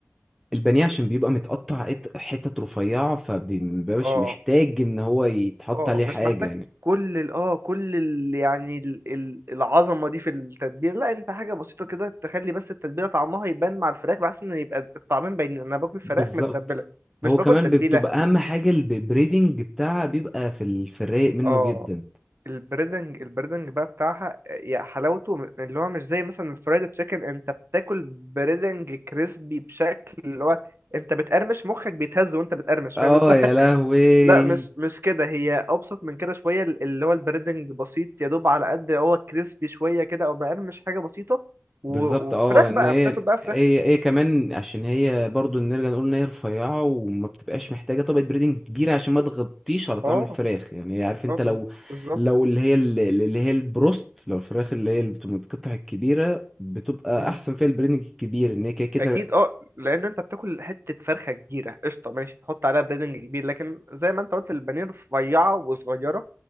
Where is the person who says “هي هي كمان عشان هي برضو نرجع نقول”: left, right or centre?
Centre